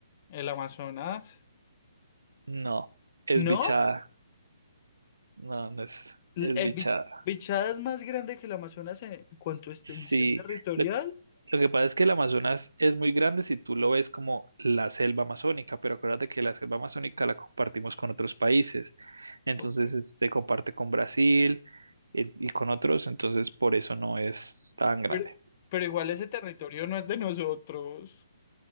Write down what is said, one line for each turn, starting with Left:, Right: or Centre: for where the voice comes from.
Left: El Amazonas.
Right: No, es
Left: ¿No?
Right: Bichada. No, no es,
Left: L-
Right: es
Left: ¿El
Right: bichada.
Left: Bi- Bichada es más grande que el Amazonas en cuanto a extensión
Right: Sí,
Left: territorial?
Right: lo, lo que pasa es que el Amazonas es muy grande si tú lo ves como la selva amazónica, pero acuérdate que la selva amazónica la compartimos con otros países. Entonces
Left: Ok.
Right: es- se comparte con Brasil eh, y, con otros, entonces por eso no es tan grande.
Left: Pero, pero igual ese territorio no es de nosotros.